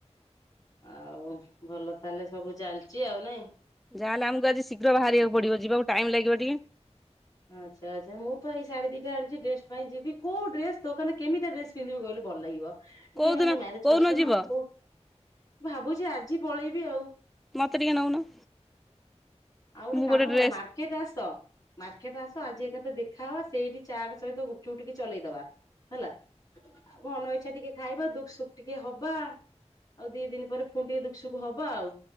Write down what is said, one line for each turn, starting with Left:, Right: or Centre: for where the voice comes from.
Left: ଆଉ ଭଲ ତାହେଲେ ସବୁ ଚାଲିଛି ଆଉ ନାଇଁ।
Centre: ଯାହା ହେଲେ ଆମକୁ ଆଜି ଶୀଘ୍ର ବାହାରିବାକୁ ପଡ଼ିବ ଯିବାକୁ ଟାଇମ ଲାଗିବ ଟିକେ।
Left: ଆଚ୍ଛା ଆଚ୍ଛା ମୁଁ ପା ଏଇ ଶାଢ଼ୀ ଦିଟା ଆଣିଛି ଡ୍ରେସ ପାଇଁ ଯିବି। କୋଉ ଡ୍ରେସ ଦୋକାନ କେମିତିଆ ଡ୍ରେସ ପିନ୍ଧିବି କହିଲୁ ଭଲ ଲାଗିବ ଟିକେ
Centre: କୋଉଦିନ
Left: ମାନେ ମ୍ୟାରେଜ
Centre: କୋଉଦିନ
Left: ପର୍ସନ
Centre: ଯିବ
Left: କୋଉ ଭାବୁଛି ଆଜି ପଳେଇବି ଆଉ।
Centre: ମତେ ଟିକେ ନଉନ।
Left: ଆଉ ଗୋଟେ
Centre: ମୁଁ
Left: କାମ କର
Centre: ଡ୍ରେସ
Left: ମାର୍ କି ଆସ ମାର୍କେଟ ଆସ ଆଜି ଏକାଥରେ ଦେଖାହବା ସେଇଠି ଚାଟ ସହିତ ଗୁଗ୍‌ଚୁପ ଟିକେ ଚଲେଇଦବା। ହେଲା ଆ ମନ ଇଚ୍ଛା ଟିକେ ଖାଇବା ଦୁଃଖ୍ ସୁଖ୍ ଟିକେ ହବା। ଆଉ ଦି ଦିନ ପରେ ଫୁଣି ଟିକେ ଦୁଃଖ୍ ସୁଖ୍ ହବା ଆଉ